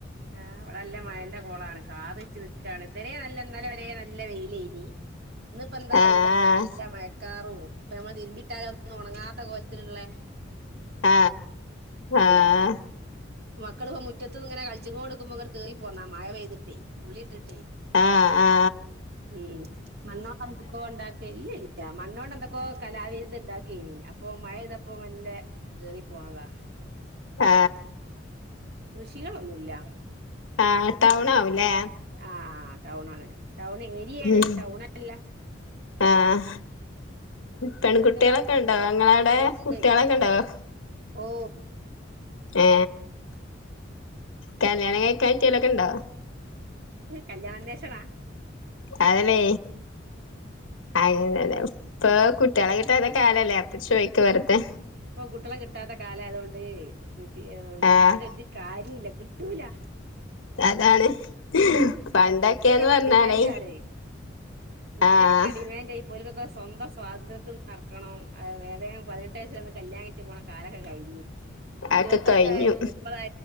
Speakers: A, on the right; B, on the left.
A: ആ ഇവിടെ നല്ല മഴന്റെ കോളാണ് കാറ് വെച്ച് നിക്കാണ് ഇതുവരെ ഇന്നലെ വരെ നല്ല വെയിലാനി ഇന്നിപ്പ എന്താ
B: ആഹ്
A: അറിയില്ല നല്ല മഴക്കാറും ഇപ്പ നമ്മള് തിരുമ്പിട്ടാലും ഒന്നും ഉണങ്ങാത്ത കോലത്തിലുള്ളേ
B: ആ ആ
A: ഉം മക്കള് മുറ്റത്ത് ഇങ്ങനെ കളിച്ചങ്ങോണ്ട് നിക്കുമ്പോ ഇങ്ങട്ട് കേറി പോന്നാ മഴ പെയ്തിട്ടേ തുള്ളി ഇട്ടിട്ടേ
B: ആ ആ
A: ഉം മണ്ണോ പന്തക്കോ ഉണ്ടാക്ക മണ്ണോണ്ട് എന്തൊക്കോ കലാവിരുത് ഉണ്ടാക്കിയനി അപ്പൊ മഴപെയ്തപ്പോ കേറി പോന്നതാ
B: ആ
A: കൃഷികളൊന്നുമില്ല
B: ആ ടൗൺ ആവൂല്ലേ
A: ആ ടൗൺ ആണ് ടൗൺ ഏരിയയാണ്
B: ഉം
A: ടൗൺ അല്ല
B: ആഹ് പെൺകുട്ടികളൊക്കെ
A: ഇങ്ങക്ക്
B: ഉണ്ടാവോ നിങ്ങടെ അവിടെ
A: ഓ ഉണ്ട്
B: കുട്ടികളൊക്കെ ഉണ്ടാവോ
A: ഓ
B: ഏ കല്യാണം കഴിക്കാം പറ്റിയോലൊക്കെണ്ടോ
A: കല്യാണ അന്വേഷണാ
B: അതല്ലേ അങ്ങനല്ലെപ്പൊ കുട്ട്യാളെ തെ കാലല്ലേ അപ്പൊ ചോയ്ക്ക വെർദേ
A: ഇപ്പം കുട്ട്യളെ കിട്ടാത്ത കാലായതോണ്ട് പ്രത്യേ
B: ആഹ്
A: ചോദിച്ചിട്ട് ഒരു കാര്യോല്ല ട്ടൂല
B: അതാണ് പണ്ടൊക്കേന്ന്
A: കുട്ടികക്കൊക്കെ
B: പറഞ്ഞാലേയ്
A: ഡിമാൻഡാണ് കുട്ടികൾക്കൊക്കെ
B: ആഹ്
A: ഡിമാൻഡായി ഇപ്പോൽക്കൊക്കെ സ്വന്തം സ്വാതന്ത്ര്യത്തിൽ നടക്കണം വേം വേം പതിനെട്ട് വയ കല്യാണം കയിച്ച് പോണ കാലൊക്കെ കയിഞ്
B: അതൊക്കെ
A: ഇരുപത്തഞ്ചായാലും
B: കഴിഞ്ഞു
A: മുപ്പതാ